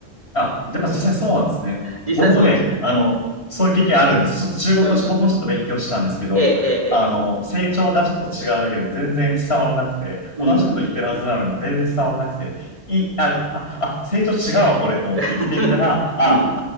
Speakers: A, on the left; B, on the right.
A: あ、やっぱ実際そうなんですね。
B: 実際そうです。
A: 僕もね、あの、そういう経験あるんです。ちょっと中国語、
B: うんうんうん。
A: 僕もちょっと勉強したんですけど、
B: ええ、ええ、ええ。
A: あの、成長がちょっと違うだけで全然伝わらなくて、
B: うん、
A: 同じこと言ってるはずなのに全然伝わらなくて、い、あ、あ、あ、成長違うわ、これと思って言ってみたら、
B: <laughs>
A: あ、
B: うん。